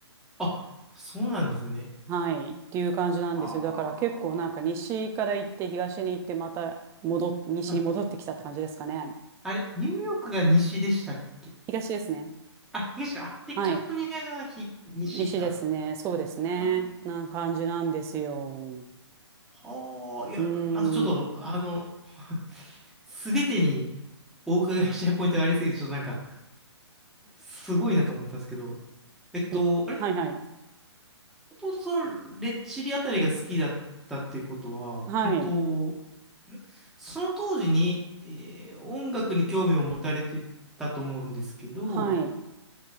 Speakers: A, in the centre; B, on the right.
A: あ。あ、そうなんですね。
B: はい。っていう感じなんですよ。
A: は
B: だから結構なんか西から行って東に行ってまた戻っ、西に戻ってきたって感じですかね。
A: あ。はい。あれ、ニューヨークが西でしたっけ
B: 東ですね。
A: あ、東か。あ、で、
B: はい。
A: カリフォルニアがひ、西か。
B: 西ですね。そうですね。
A: あ
B: な感じなんですよ。
A: あ。はあ。いや、
B: うーん。
A: いやなんかちょっと、あの、<laughs> すべてにお伺いしたいポイントがありすぎて、ちょっとなんか、すごいなと思ったんですけど、えっと、
B: い、
A: あれ
B: はいはい。
A: もともとそのレッチリあたりが好きだったっていうことは、
B: はい。
A: うんと、んその当時に、えー音楽に興味を持たれてたと思うんですけど、
B: はい。